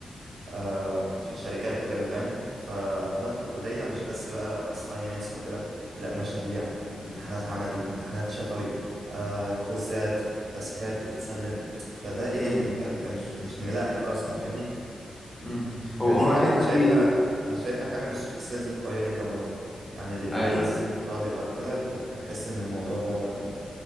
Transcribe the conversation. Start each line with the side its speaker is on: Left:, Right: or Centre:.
Right: آه، في الشركات وكده فاهم فضغط الكلية مش بس بقى assignments أو كده لا مشاريع امتحانات عملي امتحانات شفوي آه، كويزات تاسكات بتتسلم فده ايه
Left: امم
Right: انت انت مش مش ملاحق اصلا فاهمني
Left: امم هو
Right: فدي
Left: هو
Right: حاجة
Left: الحتة
Right: انا شايفها
Left: دي
Right: انا شايفها حاجة من السوفت سكيلز القوية جدا برضو يعني اللي بيميز
Left: أيوه
Right: طالب او كده بت- بحس ان الموضوع ده